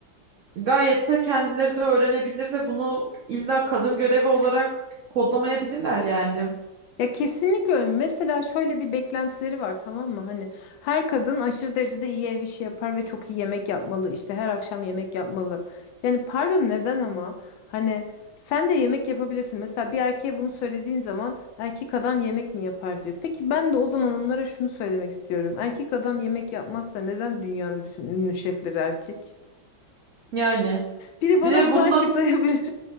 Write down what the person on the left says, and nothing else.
Ya kesinlikle öyle. Mesela şöyle bir beklentileri var tamam mı? Hani her kadın aşırı derecede iyi ev işi yapar ve çok iyi yemek yapmalı. İşte her akşam yemek yapmalı. Yani pardon neden ama? Hani sen de yemek yapabilirsin. Mesela bir erkeğe bunu söylediğin zaman erkek adam yemek mi yapar diyor. Peki ben de o zaman onlara şunu söylemek istiyorum. Erkek adam yemek yapmazsa neden dünyanın bütün ünlü şefleri erkek?
Biri bana
bunu
açıklayabilir